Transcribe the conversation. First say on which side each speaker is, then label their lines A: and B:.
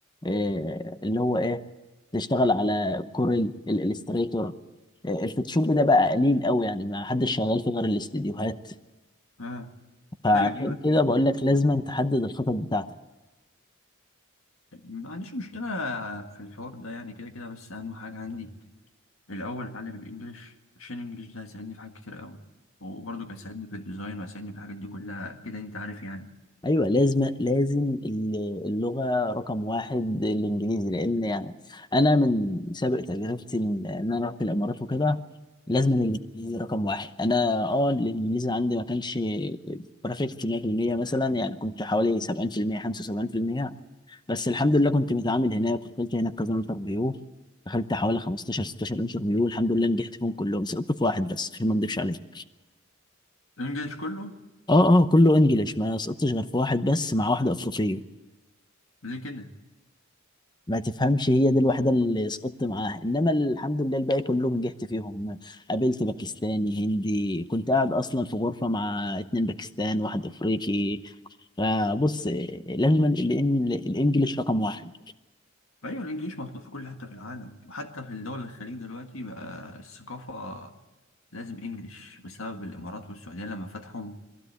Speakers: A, on the left; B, on the left.
A: آه، اللي هو ايه تشتغل على كوريل الالستريتور آه، الفوتوشوب ده بقى قليل قوي يعني ما حدش شغال فيه غير الاستديوهات
B: اه
A: فعشان
B: ايوه ايوه
A: كده بقول لك لازم تحدد الخطط بتاعتك
B: ما عنديش مشكله في الحوار ده يعني كده كده بس اهم حاجه عندي الأول أتعلم الإنجليش عشان الإنجليش ده هيساعدني في حاجات كتير أوي وبرضه كان هيساعدني في الديزاين وهيساعدني في الحاجات دي كلها كده أنت عارف يعني
A: ايوه لازم لازم ال- اللغه رقم واحد الانجليزي لان يعني انا من سابق تجربتي ان إن انا رحت الامارات وكده لازم الانجليزي رقم واحد انا اه الانجليزي عندي ما كانش بيرفكت 100% مثلا يعني كنت حوالي 70% 75% بس الحمد لله كنت متعامل هناك ودخلت هناك كذا انترفيو دخلت حوالي 15 16 انترفيو الحمد لله نجحت فيهم كلهم سقطت في واحد بس عشان ما اكدبش عليك
B: الإنجليش كله
A: اه اه كله انجليش ما سقطتش غير في واحد بس مع واحده افريقيه
B: ليه كده؟
A: ما تفهمش هي دي الوحيدة اللي سقطت معاها انما الحمد لله الباقي كلهم نجحت فيهم قابلت باكستاني هندي كنت قاعد اصلا في غرفة مع اتنين باكستان واحد افريقي فبص لازم ال- ال- الانجليش رقم واحد
B: أيوة الإنجليش مطلوب في كل حتة في العالم وحتى في الدول الخليج دلوقتي بقى الثقافة لازم إنجليش بسبب الإمارات والسعودية لما فتحوا